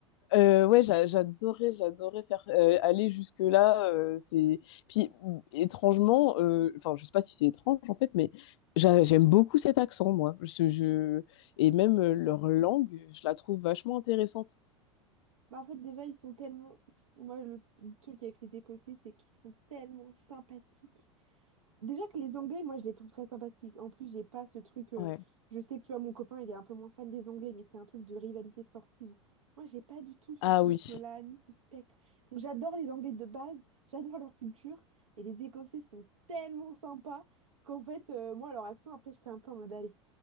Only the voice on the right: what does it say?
Bah, en fait, déjà, ils sont tellement. Moi, le, le truc avec les Écossais, c'est qu'ils sont tellement sympathiques. Déjà que les Anglais, moi, je les trouve très sympathiques. En plus, j'ai pas ce truc. euh,
Je sais que tu vois, mon copain, il est un peu moins fan des Anglais, mais c'est un truc de rivalité sportive. Moi, j'ai pas du tout ce
prisme-là,
ni ce spectre. Donc, j'adore les Anglais de base, <laughs> j'adore leur culture, et les Écossais sont tellement sympas qu'en fait, euh, moi, leur accent, après, j'étais un peu en mode, allez,